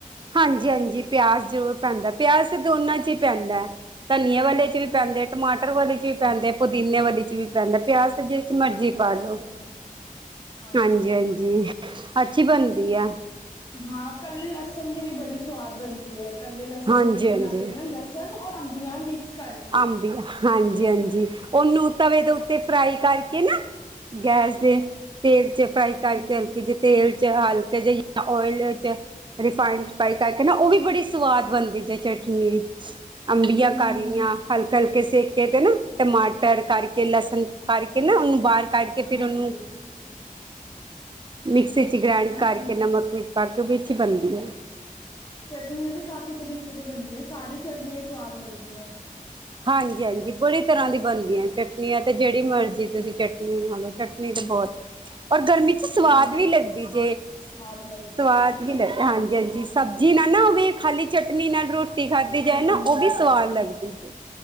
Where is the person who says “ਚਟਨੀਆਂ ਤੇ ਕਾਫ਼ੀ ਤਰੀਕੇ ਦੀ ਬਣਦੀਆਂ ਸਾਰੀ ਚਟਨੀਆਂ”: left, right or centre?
Left